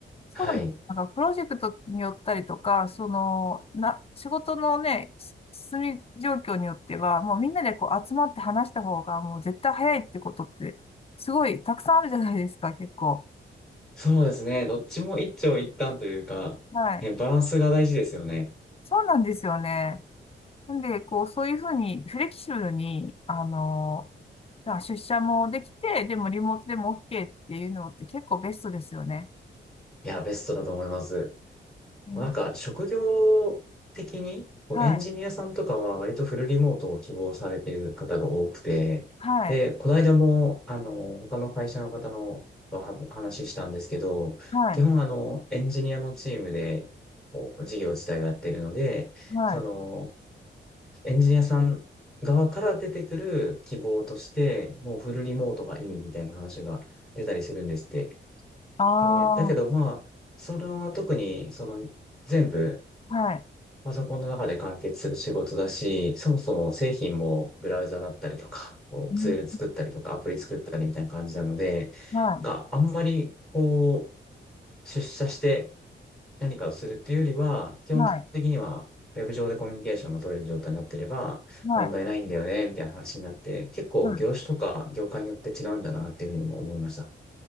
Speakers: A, on the left (about 30°); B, in the centre.
A: そうだ、
B: はい。
A: なんかプロジェクトによったりとか、その、な、仕事のね、し進み状況によっては、もうみんなでこう集まって話した方が、もう絶対早いってことって、すごいたくさんあるじゃないですか、結構。
B: そうですね。どっちも一長一短というか、
A: はい。
B: ね、バランスが大事ですよね。
A: そうなんですよね。なんで、こう、そういうふうに、フレキシブルに、あの、まあ出社もできて、でもリモートでも OK っていうのって結構ベストですよね。
B: いや、ベストだと思います。
A: うん
B: なんか職業的にこうエンジニアさんとかは割とフルリモートを希望されている方が多くて、
A: はい。はい。
B: で、この間もあの他の会社の方のとは話したんですけど、
A: はい。
B: 基本あのエンジニアのチームでこう事業自体をやっているので、
A: はい。
B: そのエンジニアさん側から出てくる希望として、もうフルリモートがいいみたいな話が出たりするんですって。
A: ああ
B: で、だけどまあ、それは特にその全部
A: ー、はい。
B: パソコンの中で完結する仕事だし、そもそも製品もブラウザだったりとか、こうツール作ったりとか、
A: うん、
B: アプリ作ったりみたいな感じなので、
A: は
B: があんまりこう、出社して何かをするっていうよりは、基本的にはウェブ上でコミュニケーションが取れる状態になってれば問題ないんだよね、
A: い、はい、はい、
B: みたいな話になって、結構業種とか業界によって違うんだなっていうふうにも思いました。
A: はい。